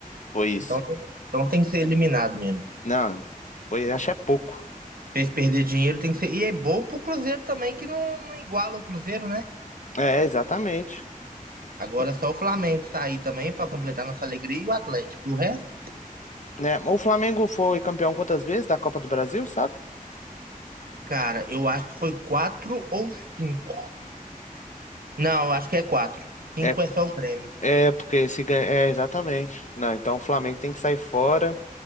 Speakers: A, on the left; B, on the right.
A: Foi isso.
B: Então, então tem que ser eliminado mesmo.
A: Não, foi, acho que é pouco.
B: Fez perder dinheiro, tem que ser. E é bom pro Cruzeiro também, que não, não iguala o Cruzeiro, né?
A: É, exatamente.
B: Agora é só o Flamengo sair também pra completar nossa alegria e o Atlético. O resto,
A: É, o Flamengo foi campeão quantas vezes da Copa do Brasil, sabe?
B: cara, eu acho que foi quatro ou cinco. Não, eu acho que é quatro. Cinco
A: É,
B: é só o Grêmio.
A: É, porque se ganha. É, exatamente. Não, então o Flamengo tem que sair fora,